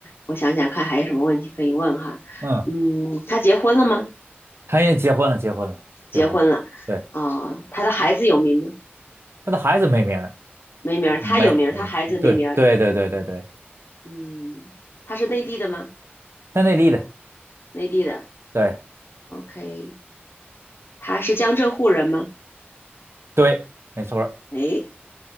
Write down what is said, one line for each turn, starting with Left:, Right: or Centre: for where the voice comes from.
Left: 我想想看还有什么问题可以问哈。
Right: 嗯。
Left: 嗯，他结婚了吗？
Right: 他也结婚了，结婚了，
Left: 结婚了。
Right: 结婚了。对，
Left: 哦，他的孩子有名吗？
Right: 他的孩子没名儿，
Left: 没名儿，
Right: 没没没，
Left: 他有名儿，他孩子没名儿。
Right: 对对对对对对，
Left: 嗯，他是内地的吗？
Right: 他内地的，
Left: 内地的。
Right: 对
Left: OK，他是江浙沪人吗？
Right: 对，没错儿
Left: 诶，